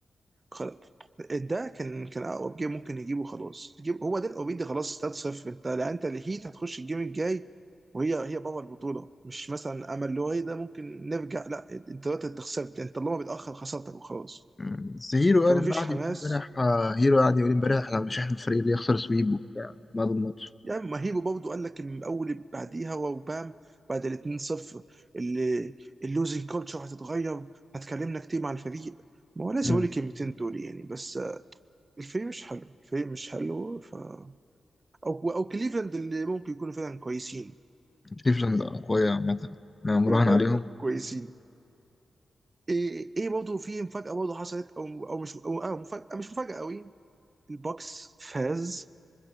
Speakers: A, on the right; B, on the left.
A: خلاص ده كان كان اقرب جيم ممكن يجيبه خلاص تجيب هو ده اوريدي خلاص 3-0 انت لا انت الهيت هتخش الجيم الجاي وهي هي بابا البطوله مش مثلا امل اللي هو ايه ده ممكن نرجع لا انت دلوقتي انت خسرت انت اللي هو بيتاخر خسرتك وخلاص
B: مم، بس هيرو قال
A: فما فيش
B: قاعد
A: حماس
B: يقول امبارح آه، هيرو قاعد يقول امبارح احنا مش احنا الفريق اللي يخسر سويب وبتاع بعد الماتش
A: يعني ما هيبو برضه قال لك من اول اللي بعديها وبام بعد ال 2-0 اللي اللوزنج كولتشر هتتغير هتكلمنا كتير مع الفريق ما هو لازم
B: مم.
A: اقول الكلمتين دول يعني بس الفريق مش حلو الفريق مش حلو ف او او كليفلاند اللي ممكن يكونوا فعلا كويسين
B: كليفلاند قوية عامة ما
A: يكونوا
B: مراهن
A: فعلا
B: عليهم
A: كويسين ايه ايه برضه في مفاجاه برضه حصلت او او مش او آه مفاجاه مش مفاجاه قوي البوكس فاز